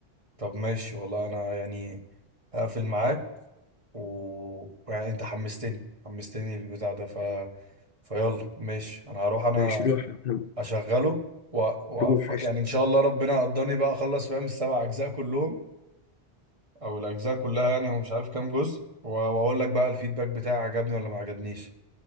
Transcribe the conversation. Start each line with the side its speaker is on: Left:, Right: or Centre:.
Right: طب ماشي والله انا يعني هقفل معاك و يعني انت حمستني حمستني البتاع ده ف فيلا ماشي انا هروح انا
Left: ماشي روح يا محمد
Right: اشغله و... و...
Left: روح
Right: ف-
Left: قشطة
Right: يعني ان شاء الله ربنا قدرني بقى اخلص فاهم السبع اجزاء كلهم او الاجزاء كلها يعني هو مش عارف كام جزء و... واقول لك بقى الفيدباك بتاعي عجبني ولا ما عجبنيش